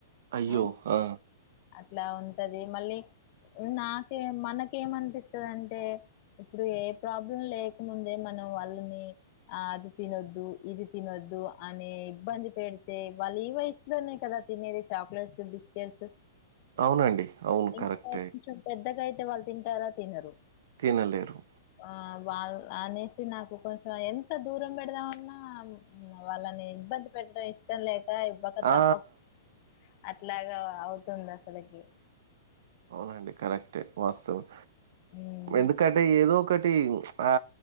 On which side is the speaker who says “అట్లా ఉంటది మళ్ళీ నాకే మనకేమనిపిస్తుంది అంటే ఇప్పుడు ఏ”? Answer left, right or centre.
Left